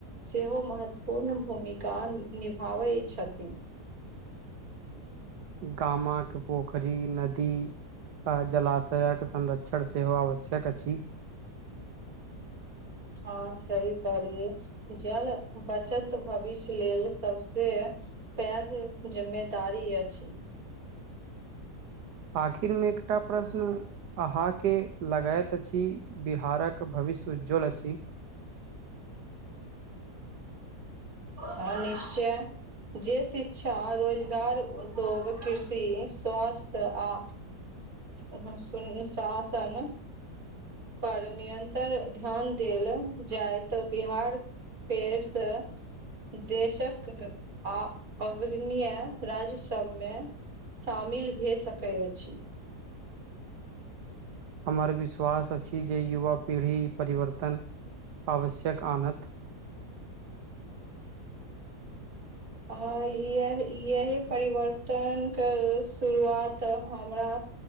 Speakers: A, on the right; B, on the right.
A: सेहो महत्वपूर्ण भूमिका निभाबैय छथिन
B: गामा के पोखरी नदी आ जलाशयके संरक्षण सेहो आवश्यक अछि
A: हाँ सही कहलिए जल बचत भविष्य लेल सबसे पेग जिम्मेदारी अछि
B: आखिर में एकटा प्रश्न अहाँके लगैत अछि बिहारक भविष्य उज्ज्वल अछि
A: हँ निश्चय जे शिक्षा रोजगार उद्योग कृषि स्वास्थ्य आ अनुशासन पर निरन्तर ध्यान देल जाय तऽ बिहार फेर सँ देशकक आ अग्रणीय राज्य सबमे शामिल भे सकैय अछि
B: हमर विश्वास अछि जे युवा पीढ़ी परिवर्तन आवश्यक आनत
A: ह यह यही परिवर्तनक शुरुआत हमरा